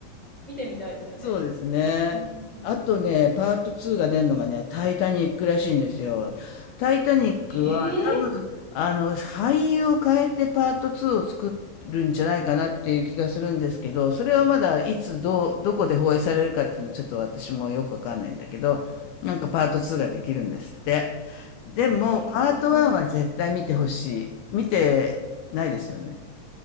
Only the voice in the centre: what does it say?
見てみたいですよね。
うん。
ええ
ええ